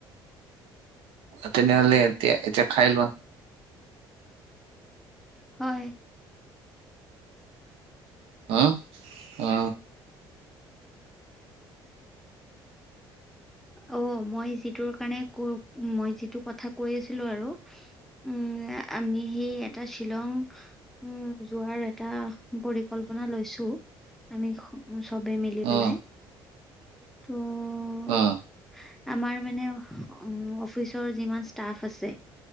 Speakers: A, on the right; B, in the centre.
A: তেনে হ'লে এতিয়া এতিয়া খাই লোৱা।
B: হয়।
A: অ, অ।
B: ঔ, মই যিটোৰ কাৰণে কৈ মই যিটো কথা কৈ আছিলো আৰু। উম আমি সি এটা শ্বিলং। উম যোৱাৰ এটা পৰিকল্পনা লৈছো আমি। উ চবেই মিলি
A: উম
B: পেলাই। টোও।
A: উম
B: আমাৰ মানে অফিচৰ যিমান ষ্টাফ আছে।